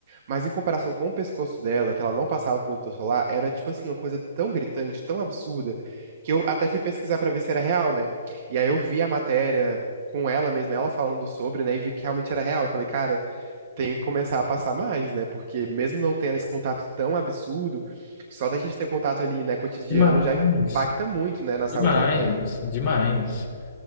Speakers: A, on the right; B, on the left.
A: Mas em comparação com o pescoço dela, que ela não passava protetor solar, era tipo assim, uma coisa tão gritante, tão absurda, que eu até fui pesquisar pra ver se era real, né? E aí eu vi a matéria com ela mesma, ela falando sobre, né? E vi que realmente era real. Eu falei, cara tem que começar a passar mais, né? Porque mesmo não tendo esse contato tão absurdo, só da gente ter contato ali, né, cotidiano
B: Demais.
A: já impacta muito, né, na saúde
B: Demais,
A: da pele.
B: demais.